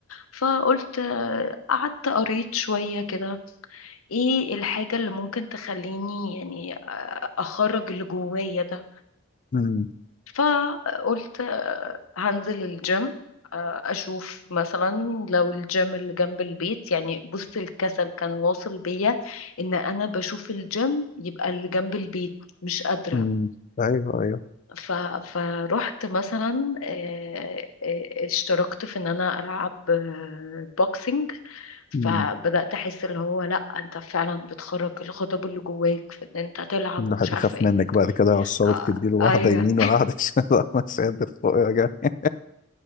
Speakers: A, on the left (about 80°); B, on the left (about 40°).
A: فقلت آه، قعدت قريت شوية كده ايه الحاجة اللي ممكن تخليني يعني آه، اخرج اللي جوايا ده
B: مم،
A: فقلت آه، هنزل الجيم آه، اشوف مثلا لو الجيم اللي جنب البيت يعني بص الكسل كان واصل بيا ان انا بشوف الجيم يبقى اللي جنب البيت مش قادرة
B: مم. ايوه ايوه
A: ف... فرحت مثلا آه، آه، اشتركت في ان انا العب آه، بوكسينج فبدأت
B: مم.
A: احس اللي هو لا انت فعلا بتخرج الغضب اللي جواك في ان انت تلعب
B: الواحد
A: ومش عارفة
B: يخاف
A: ايه
B: منك بعد كده عصابة
A: آه،
B: تديله واحدة
A: ايوه
B: يمين ولا واحدة شمال <laughs> والله مش قادر فوق يا جماعة.